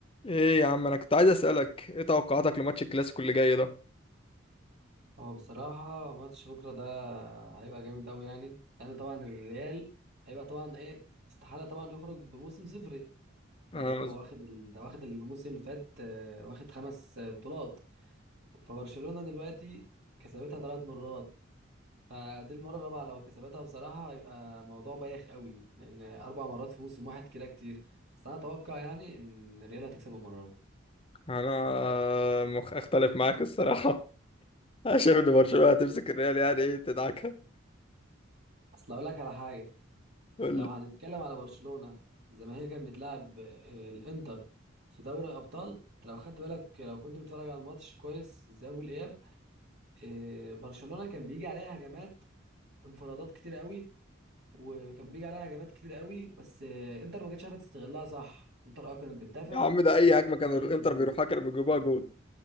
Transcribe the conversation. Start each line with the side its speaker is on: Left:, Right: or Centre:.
Left: ايه يا عم انا كنت عايز اسالك ايه توقعاتك لماتش الكلاسيكو اللي جاي ده
Right: هو بصراحة ماتش بكرة ده هيبقى جامد أوي يعني لأن طبعا الريال هيبقى طبعا إيه استحالة طبعا يخرج بموسم صفري لأنه
Left: انا مز...
Right: هو واخد ال... ده واخد الموسم اللي فات آه، واخد خمس آه، بطولات فبرشلونة دلوقتي كسبتها ثلاث مرات فدي المرة الرابعة لو كسبتها بصراحة هيبقى موضوع بايخ أوي لأن أربع مرات في موسم واحد كده كتير بس أنا أتوقع يعني إن الريال هتكسب المرة دي
Left: انا مخ... اختلف معاك الصراحه <laughs> انا شايف ان برشلونه هتمسك الريال يعني ايه تدعكها
Right: أصل أقول لك على حاجة
Left: قول
Right: لو
Left: لي
Right: هنتكلم على برشلونة زي ما هي كانت بتلعب آه، الانتر في دوري ابطال لو خدت بالك لو كنت بتتفرج على الماتش كويس الذهاب والاياب آه، برشلونة كان بيجي عليها هجمات انفرادات كتير قوي وكان بيجي عليها هجمات كتير قوي بس آه، انتر ما كانتش عارفه تستغلها صح انتر اه كانت بتدافع
Left: يا عم ده
Right: بس
Left: اي
Right: ما كانتش
Left: هجمه
Right: عارفه
Left: كانوا
Right: تستغل
Left: الانتر
Right: الهجوم
Left: بيروحها كانوا بيجيبوها جول